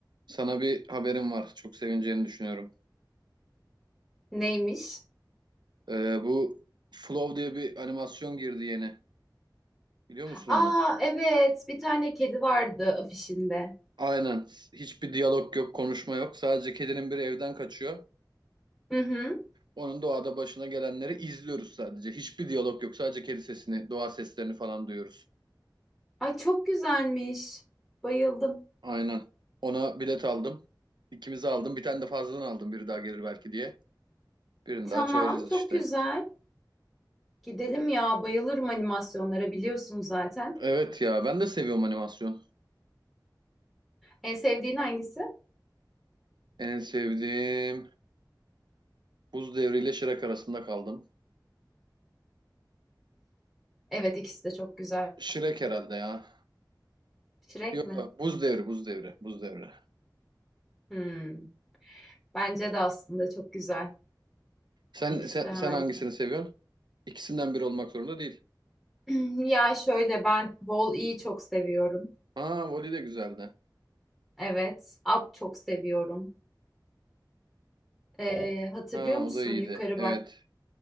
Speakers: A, on the right; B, in the centre.
A: Sana bir haberim var. Çok sevineceğini düşünüyorum.
B: Neymiş?
A: Ee, bu Flow diye bir animasyon girdi yeni. Biliyor musun
B: Aa
A: onu?
B: evet bir tane kedi vardı afişinde.
A: Aynen. Hiçbir diyalog yok, konuşma yok. Sadece kedinin biri evden kaçıyor.
B: Hı hı.
A: Onun doğada başına gelenleri izliyoruz sadece. Hiçbir diyalog yok. Sadece kedi sesini, doğa seslerini falan duyuyoruz.
B: Ay çok güzelmiş. Bayıldım.
A: Aynen. Ona bilet aldım. İkimizi aldım. Bir tane de fazladan aldım. Biri daha gelir belki diye. Birini
B: Tamam
A: daha çağırırız
B: çok
A: işte.
B: güzel. Gidelim ya bayılırım animasyonlara biliyorsun zaten.
A: Evet ya ben de seviyorum animasyon.
B: En sevdiğin hangisi?
A: En sevdiğim Buz Devri ile Shrek arasında kaldım.
B: Evet ikisi de çok güzel.
A: Shrek herhalde ya.
B: Shrek
A: Yok,
B: mi?
A: Buz Devri, Buz Devri, Buz Devri.
B: Hmm, bence de aslında çok güzel.
A: Sen,
B: İkisi
A: sen,
B: de harika.
A: sen hangisini seviyorsun? İkisinden biri olmak zorunda değil.
B: <clears throat> Ya şöyle ben Wall-E'yi çok seviyorum.
A: Ha, voli de güzeldi.
B: Evet. Up çok seviyorum. Ee, hatırlıyor
A: Ha,
B: musun?
A: o da iyiydi.
B: Yukarı
A: Evet.
B: bak.